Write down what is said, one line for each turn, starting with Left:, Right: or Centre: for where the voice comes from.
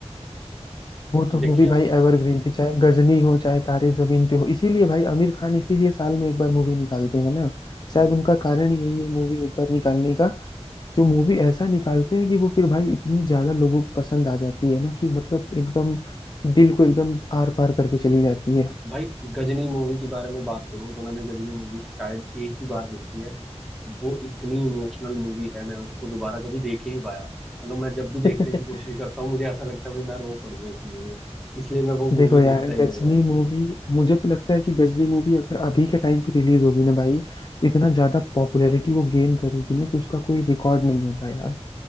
Left: वो तो
Centre: देखिए
Left: मूवी भाई एवरग्रीन थी चाहे गजनी हो चाहे तारे जमीन पे हो इसीलिए भाई आमिर खान इसीलिए साल में एक बार मूवी निकालते हैं ना शायद
Centre: आप
Left: उनका कारण यही है मूवी एक बार निकालने का कि वो मूवी ऐसा निकालते हैं कि वो फिर भाई इतनी ज्यादा लोगों को पसंद आ जाती है ना कि मतलब एकदम दिल को एकदम आर पार करके चली जाती है
Centre: भाई गजनी मूवी के बारे में बात करूं तो मैंने गजनी मूवी शायद एक ही बार देखी है वो इतनी इमोशनल मूवी है मैं उसको दोबारा कभी देख ही नहीं पाया मतलब मैं जब भी देखने
Left: <laughs>
Centre: की कोशिश करता हूँ मुझे ऐसा लगता है भाई मैं रो पड़ूंगा इस मूवी में इसलिए मैं वो
Left: देखो
Centre: मूवी
Left: यार
Centre: देखता ही
Left: गजनी
Centre: नहीं भाई
Left: मूवी मुझे तो लगता है कि गजनी मूवी अगर अभी के टाइम पे रिलीज होगी ना भाई तो इतना ज्यादा पॉपुलैरिटी वो गेन करेगी ना कि उसका कोई रिकॉर्ड नहीं होगा यार